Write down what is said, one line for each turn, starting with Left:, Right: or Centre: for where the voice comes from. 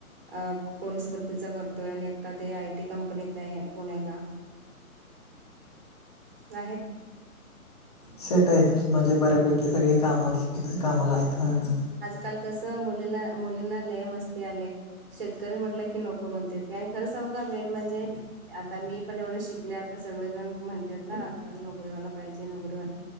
Right: अ पोलीस भरतीचा करतोय आणि एकटा ते आय टी कंपनीत आहे पुण्याला. नाहीत.
Left: सेट आहेत. म्हणजे बऱ्यापैकी सगळे कामात कामाला आहेत. हम्,
Right: काल कसं मुलीला मुलींना लय मस्ती आली आहे. शेतकरी म्हटलं की नको म्हणते. ते आणि खरं सांगू का मेन म्हणजे आता मी पण एवढे शिकले. आता सगळेजण म्हणतात ना आजकाल नोकरीवाला पाहिजे नोकरीवाला